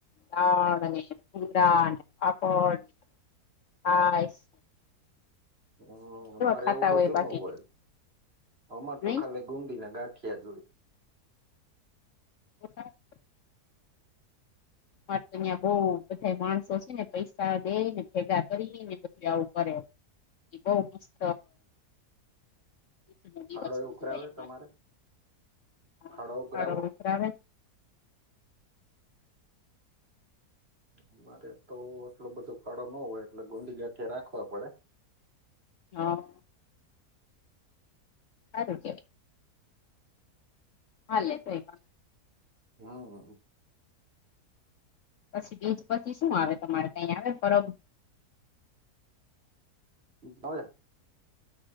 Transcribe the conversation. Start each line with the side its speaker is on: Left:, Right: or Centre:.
Left: દાળ અને કુંડા ને, પાપડ ને, છાઈશ.
Right: હમ્મ. અમારે
Left: ખાતા
Right: એવું બધું
Left: બાકી
Right: નો હોય. અમાર
Left: નહી
Right: તો ખાલી ગુંદી ના ગાંઠિયા જ હોય.
Left: <inaudible> અમારે તો યા બઉ બધાઈ માણસો છે ને, પૈસા દેઈને ભેગા કરીને, બધુંઈ આવું કરે. ઈ બોવ મસ્ત <unintelligible> દિવસ
Right: ફાળો એ
Left: ઉજવાય
Right: ઉઘરાવે
Left: અમારો.
Right: તમારે
Left: હા
Right: ફાળો ઉઘરાવો
Left: અમારો <unintelligible>
Right: અમારે તો આટલો બધો ફાળો નો હોય, એટલે ગુંંદી ગાંઠિયા રાખવા પડે.
Left: હા. હારું કહેવાય. હાલે <unintelligible>
Right: હા, હ.
Left: પછી બીજ પછી શું આવે, તમારે કંઈ આવે, બરોબર.
Right: હ.